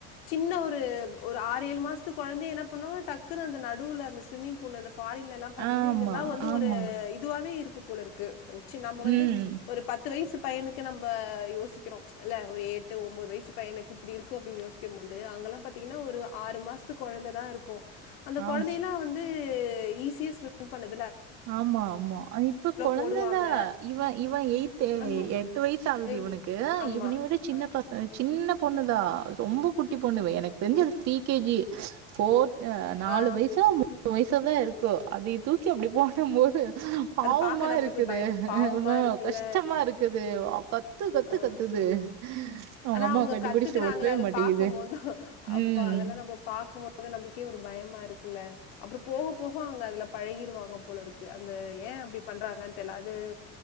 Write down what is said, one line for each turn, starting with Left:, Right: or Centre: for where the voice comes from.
Left: சின்ன ஒரு ஒரு ஆறேழு மாசத்து கொழந்தைய என்ன பண்ணுவங்ன டக்குனு அந்த நடுவுல அந்த ஸ்விமிங் பூல இந்த ஃபாரின்ல எல்லா பாத்திங்னா
Right: ஆமா,
Left: இதெல்லா வந்து
Right: ஆமா.
Left: ஒரு இதுவாவே இருக்கு போல இருக் கு சி நம்ம வந்து
Right: ம்.
Left: ஒரு பத்து வய்சு பையனுக்கு நம்ப யோசிக்கறோ இல்ல ஒரு எட்டு ஒம்போது வய்சு பையனுக்கு இப்புடி இருக்கு அப்டின் யோசிக் கும்போது அங்கெலாம் பாத்திங்கனா ஒரு ஆறு மாசத்து கொழந்த தா இருக் அந்த குழந்தை
Right: ஆமா.
Left: எல்லாம் வந்து ஈஸியா ஸ்விம் பண்ணுது
Right: ஆமா ஆமா இப்ப கொழந்ததா
Left: போடுவாங்க.
Right: இவன் இவன் எய்த்து
Left: ஆமா.
Right: எட்டு வயசு ஆகுது
Left: எவ்
Right: இவனுக்கு
Left: ஆமா.
Right: இவனையு விட சின்ன
Left: அ,
Right: பச சின்ன பொண்ணுதா ரொம்ப குட்டி பொண்ணு
Left: ம்.
Right: எனக்கு தெரிஞ்சு அது ப்ரீ கேஜி ஃபோர் நாலு
Left: ஆ.
Right: வயசோ மூணு வயசோ தான் இருக்கும் அதைய தூக்கி அப்படி போடும் போது பாவமா
Left: அது பாக்க நம்பளுக்கு
Right: இருக்குது
Left: பயம் பாவமா இருக்குல்ல.
Right: கஷ்டமா இருக்குது கத்து கத்து
Left: ஆ.
Right: கத்துது அவங்க
Left: ஆனா
Right: அம்மாவ
Left: அவுங்க
Right: கட்டி
Left: கத்துக்குறாங்களே
Right: பிடிச்சுட்டு ஓடவே
Left: அத
Right: மாட்டேங்குது.
Left: பாக்கும் போது அவ்
Right: ம்.
Left: அதெல்லாம் நம்ம பாக்கும் போது நம்ம நம்மளுக்கே ஒரு பயமா இருக்கு இல்ல அப்புறம் போக போக அங்க அதுல பழகிருவாங்க போல இருக்கு அந்த ஏன் அப்டி பண்றாங்கன் தெரில அது